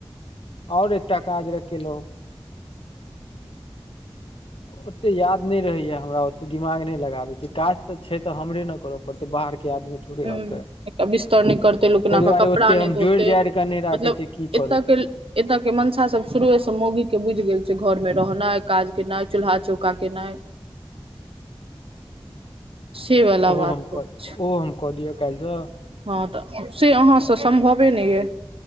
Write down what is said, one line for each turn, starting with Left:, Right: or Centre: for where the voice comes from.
Left: और एकटा काज रहे केलहुँ ओते याद नहि रहैया हमरा ओते दिमाग नहि लगाबै छै काज तऽ छै तऽ हमरे ने करअ पड़ते बाहर के आदमी थोड़े
Right: हुँ
Left: होतै
Right: एक बिस्तर नइ करते लोक
Left: ताहि
Right: एना
Left: दुआरे
Right: कऽ कपड़ा
Left: ओतेक
Right: नइ
Left: हम
Right: धोते
Left: जोड़ि जाड़ि कऽ नहि राखै
Right: मतलब
Left: छियै की
Right: एतअ
Left: करै छै
Right: के एतय के मंसा सब शुरुए से मोगी के बुझि गेल छै घर मे रहनाइ काज केनाइ चूल्हा चौका केनाइ से वाला
Left: ओहो
Right: बात
Left: हम
Right: सब
Left: कऽ
Right: छै
Left: ओहो हम कऽ दिअ काल्हिसँ
Right: हँ तऽ से अहाँ से सम्भवे नहि ये